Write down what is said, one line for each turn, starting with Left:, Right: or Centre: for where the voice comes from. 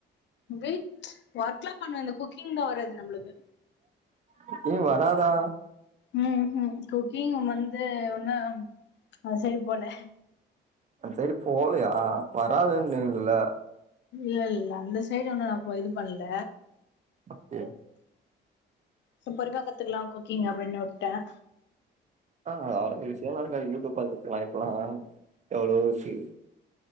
Left: வீட் ஒர்க்லா பண்ணுவ இந்த குக்கிங் தா வராது நம்ளுக்கு
Right: குக்கிங் வராதா
Left: ம் ஹு குக்கிங் வந்து இன்னொ அந்சைடு போல
Right: அந்சைடு போவ்லயா வராதுன்னிங்ல்ல
Left: இல் அந்த சைடு இன்னு நா போ இது பண்ல
Right: அ ஹே
Left: சூப்பர்அருமையாஇருக்கு கத்துக்கலாம் குக்கிங் அப்படின்னு உட்டன்
Right: ஆ விஷயம்ல்லா இல்ல யூடியூப் பாத்துக் கத்துகலாம் இப்பல்லா எவ்வளவு ஃபீ